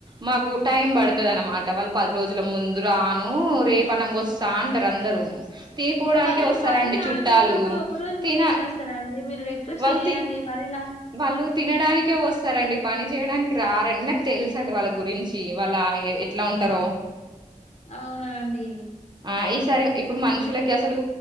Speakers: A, on the right; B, on the left.
A: మాకు టైం పడుతది అనమాట వాళ్ళు పది రోజుల ముందు రాను రేప అనంగా వస్తా అంటారు అందరు తినిపోవడానికే
B: మరి
A: వస్తారండి
B: మరీ లాంగ్
A: చుట్టాలు
B: అన్నప్పుడు ఒకరోజు
A: తిన
B: ముందు ఎట్లా వస్తారండి మీరు రిక్వెస్ట్
A: వాళ్ళు
B: చేయండి
A: తి
B: మరిలా
A: వాళ్ళు తినడానికే వస్తారండి పని చేయడానికి రారండి నాకు తెలుస అండి వాళ్ళ గురించి వాళ్ళ ఎట్లా ఉంటారో
B: అవునా అండి.
A: ఆ ఈసారి ఇప్పుడు మనుష ు అసలు